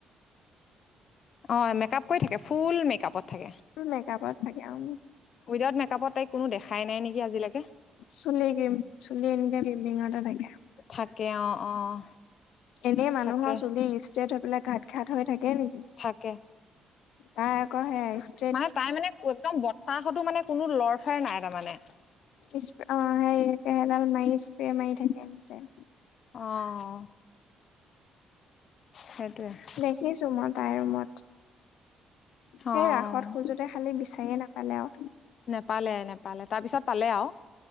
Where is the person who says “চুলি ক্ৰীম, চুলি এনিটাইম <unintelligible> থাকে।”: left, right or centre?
Left